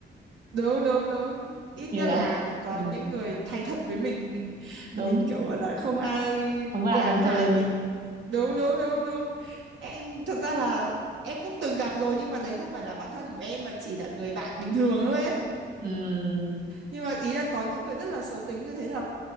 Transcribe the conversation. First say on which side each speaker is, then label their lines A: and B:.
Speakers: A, on the right; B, on the right.
A: đúng đúng đúng ít
B: như
A: nhất
B: là
A: là mình có
B: ừ,
A: những người thành thật với mình mình
B: đúng
A: mình kiểu gọi là không ai
B: không có ai
A: làm
B: đâm
A: hại
B: sau lưng
A: mình đúng đúng đúng đúng em thật ra là em cũng từng gặp rồi nhưng mà đấy không phải là bạn thân của em mà chỉ là người bạn bình thường thôi ấy
B: ừ,
A: nhưng mà ý là có những người rất là xấu tính như thế thật